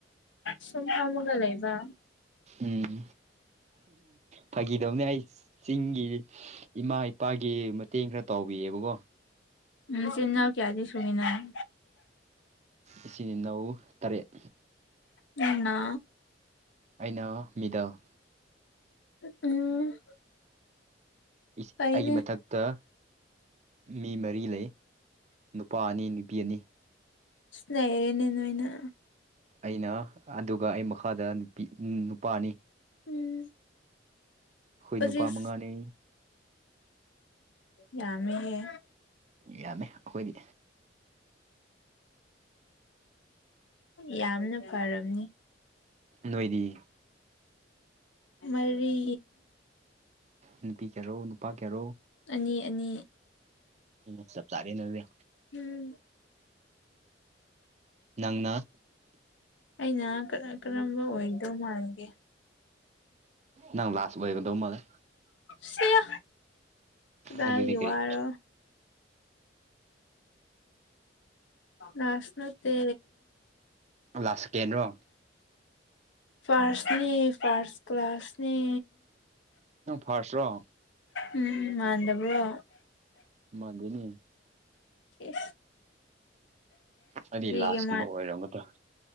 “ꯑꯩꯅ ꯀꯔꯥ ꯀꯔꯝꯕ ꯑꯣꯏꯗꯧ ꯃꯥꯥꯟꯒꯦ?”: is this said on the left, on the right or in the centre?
Left